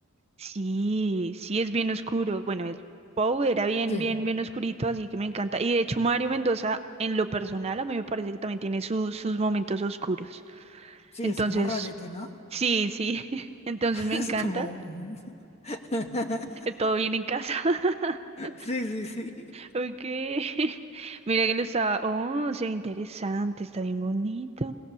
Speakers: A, on the right; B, on the left.
A: Sí, sí es bien oscuro. Bueno, el Pou era bien,
B: Sí,
A: bien, bien oscurito, así que me encanta. Y de hecho, Mario Mendoza, en lo personal, a mí me parece que también tiene su- sus momentos oscuros.
B: sí,
A: Entonces,
B: es como rarete, ¿no?
A: sí, sí. <laughs> Entonces
B: <laughs>
A: me
B: Es
A: encanta.
B: como... mm. <laughs>
A: Eh, Todo bien en casa. <laughs>
B: Sí, sí, sí.
A: Ok. <laughs> Mira que lo está. Oh, se ve interesante, está bien bonito.